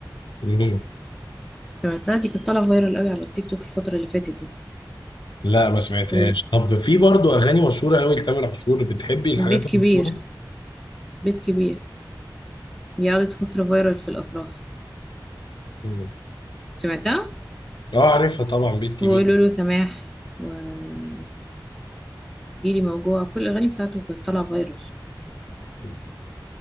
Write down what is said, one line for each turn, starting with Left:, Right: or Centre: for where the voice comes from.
Left: مم.
Centre: سمعتها دي كانت طالعه فايرال قوي على التيك توك الفتره اللي فاتت دي
Left: لا ما سمعتهاش
Centre: أمم،
Left: طب في برضه اغاني مشهوره قوي لتامر عاشور بتحبي الحاجات
Centre: بيت كبير
Left: المشهوره
Centre: بيت كبير دي قعدت فتره فايرال في الافراح
Left: مم.
Centre: سمعتها
Left: اه عارفها طبعا بيت كبير
Centre: وقولوا له سماح وهيجيلي موجوع كل الاغاني بتاعته كانت طالعه فايرال
Left: يعني.